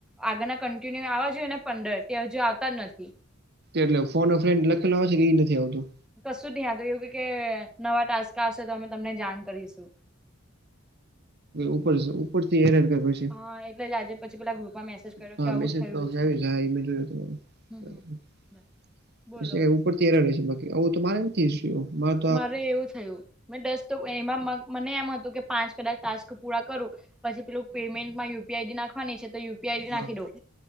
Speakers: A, in the centre; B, on the right.
A: આગળના કન્ટિન્યુ આવવા જોઈએ ને પંદર ત્યા હજુ આવતા જ નથી.
B: એટલે ફોન ફ્રેડ લખેલો હોય છે કે એ નથી આવતું.
A: કશું નહીંયા તો એવું કે નવા ટાસ્ક આવશે તો અમે તમને જાણ કરીશું.
B: ઉપર ઉપરથી એ <unintelligible>
A: હા એટલે જ આજે પછી પલા ગ્રુપમાં મેસેજ કર્યો
B: હા
A: કે
B: મેસેજ
A: આવું થયું
B: હા
A: છે
B: મે જોયું તમા
A: હમ હમ. બોલો
B: ઉપર તેર રહેશે બાકી આવું તમારે ને. થી છીયુ મત
A: મારે એવું થયું મેં દસ તો એમાં મને એમ હતું કે પાંચ કદાચ ટાસ્ક પૂરા કરો પછી પેલું પેમેન્ટમાં યુપી આઈડી નાખવાની છે તો પારી
B: હા
A: નાખી દો